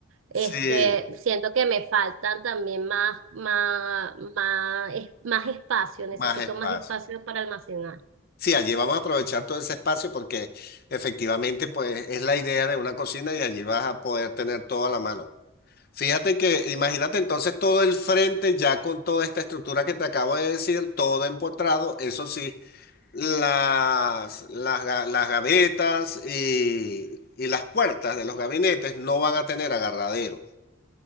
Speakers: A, on the right (about 75°); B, on the left (about 45°).
A: Este,
B: sí,
A: siento que me faltan también más, más, más, es- más espacio, necesito
B: más espacio.
A: más espacio para almacenar.
B: Sí, allí vamos a aprovechar todo ese espacio porque efectivamente pues es la idea de una cocina y allí vas a poder tener todo a la mano. Fíjate que imagínate entonces todo el frente ya con toda esta estructura que te acabo de decir, todo empotrado, eso sí, las, las, ga- las gavetas y, y las puertas de los gabinetes no van a tener agarradero.